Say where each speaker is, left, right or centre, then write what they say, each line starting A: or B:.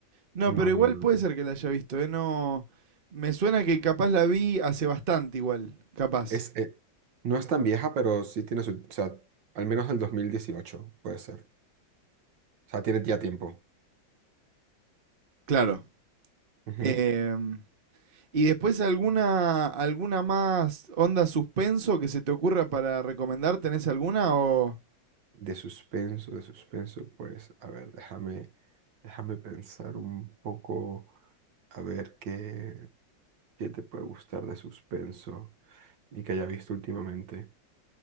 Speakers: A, on the right; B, on the right.
A: No,
B: No,
A: pero
B: no,
A: igual puede ser que la haya visto, ¿eh? No... Me suena que capaz la vi hace bastante igual, capaz.
B: es, eh, no es tan vieja, pero sí tiene su, o sea, al menos del 2018 puede ser. O sea, tiene ya tiempo.
A: Claro.
B: Ujú.
A: Em, y después alguna, alguna más onda suspenso que se te ocurra para recomendar, ¿tenés alguna o...?
B: De suspenso, de suspenso, pues, a ver, déjame, déjame pensar un poco, a ver qué, qué te puede gustar de suspenso y que haya visto últimamente.